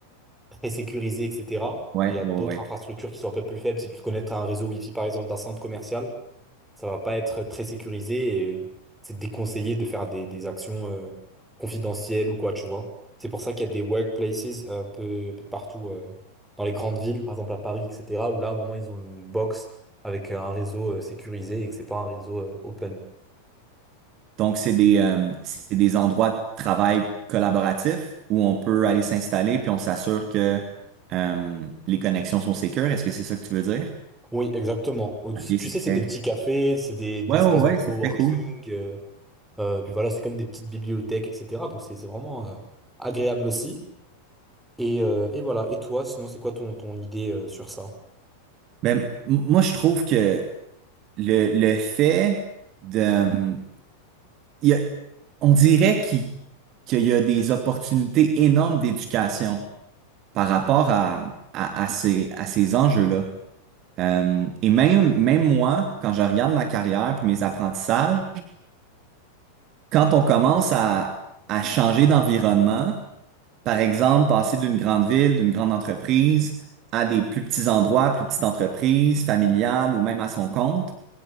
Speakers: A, in the centre; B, on the right.
A: très sécurisé, etc.
B: ouais,
A: Et il y a
B: ouais,
A: d'autres
B: ouais.
A: infrastructures qui sont un peu plus faibles. Si tu te connectes à un réseau Wi-Fi, par exemple, d'un centre commercial, ça va pas être très sécurisé et c'est déconseillé de faire des, des actions euh, confidentielles ou quoi, tu vois. C'est pour ça qu'il y a des workplaces euh, un peu, un peu partout euh, dans les grandes villes, par exemple à Paris, etc., où là, vraiment, ils ont une box avec euh, un réseau euh, sécurisé et que c'est pas un réseau euh, open.
B: Donc, c'est des, euh, c'est des endroits de travail collaboratifs où on peut aller s'installer puis on s'assure que euh, les connexions sont sécures. Est-ce que c'est ça que tu veux dire?
A: Oui, exactement. Au- Tu
B: OK, c'est
A: sais,
B: très...
A: c'est des petits cafés, c'est des, des
B: Ouais,
A: espaces
B: ouais, ouais,
A: de coworking.
B: c'est très cool.
A: euh, Euh, puis voilà, c'est comme des petites bibliothèques, etc. Donc c'est c'est vraiment euh, agréable aussi. Et, euh, et voilà. Et toi, sinon, c'est quoi ton, ton idée euh, sur ça?
B: Mais m- moi, je trouve que le, le fait de... il y a- on dirait qu'il qu'il y a des opportunités énormes d'éducation par rapport à, à, à ces, à ces enjeux-là. Euh, et même, même moi, quand je regarde ma carrière puis mes apprentissages, quand on commence à, à changer d'environnement, par exemple, passer d'une grande ville, d'une grande entreprise, à des plus petits endroits, plus petites entreprises, familiales ou même à son compte,